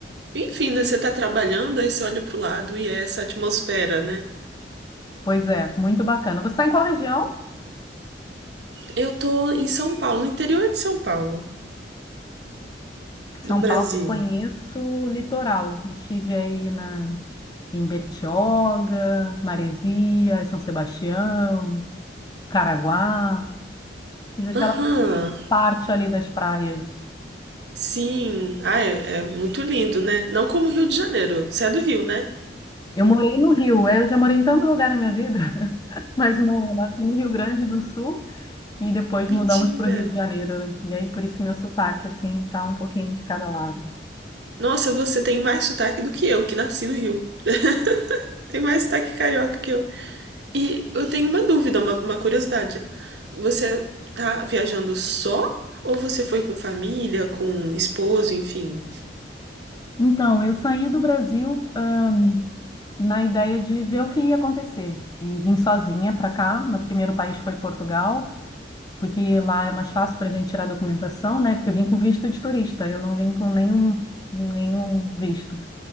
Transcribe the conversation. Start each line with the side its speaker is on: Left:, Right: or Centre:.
Right: Enfim, né? Você tá trabalhando, aí você olha pro lado e é essa atmosfera, né?
Left: Pois é, muito bacana. Você está em qual região?
Right: Eu tô em São Paulo, no interior de São Paulo,
Left: São
Right: do Brasil.
Left: Paulo, eu conheço o litoral. Estive aí na, em Bertioga, Maresias, São Sebastião, Caraguá. Fiz aquela
Right: Aham,
Left: parte ali das praias.
Right: sim. Ah, é, é muito lindo, né? Não como Rio de Janeiro. Você é do Rio, né?
Left: Eu morei no Rio, é, eu já morei em tanto lugar na minha vida, <laughs> mas não, eu nasci no Rio Grande do Sul e depois
Right: Mentira.
Left: mudamos para o Rio de Janeiro, né? E aí por isso meu sotaque, assim, tá um pouquinho de cada lado.
Right: Nossa, você tem mais sotaque do que eu, que nasci no Rio. <laughs> Tem mais sotaque carioca que eu. E eu tenho uma dúvida, uma, uma curiosidade. Você tá viajando só ou você foi com família, com esposo, enfim?
Left: Então, eu saí do Brasil, ahn, na ideia de ver o que ia acontecer e vim sozinha para cá. Meu primeiro país foi Portugal, porque lá é mais fácil para a gente tirar documentação, né? Porque eu vim com visto de turista, eu não vim com nenhum, nenhum visto.